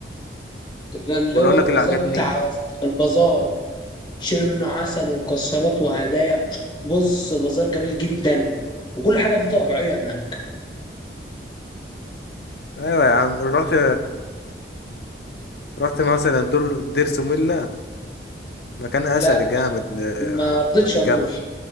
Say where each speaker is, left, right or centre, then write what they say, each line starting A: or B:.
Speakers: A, on the left (about 25°); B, on the left (about 65°).
A: اللي
B: ولا
A: هو
B: اقول
A: البازار
B: لك اللي عجبني
A: بتاع يا اسطى، البازار شيلوا منه عسل ومكسرات وهدايا بص بازار جميل جدا وكل حاجه فيه طبيعيه هناك
B: ايوه يا عم رحت رحت مثلا دور دير سوميلا مكان اثر
A: لا
B: جامد آه،
A: ما
B: على
A: رضيتش
B: الجبل
A: اروح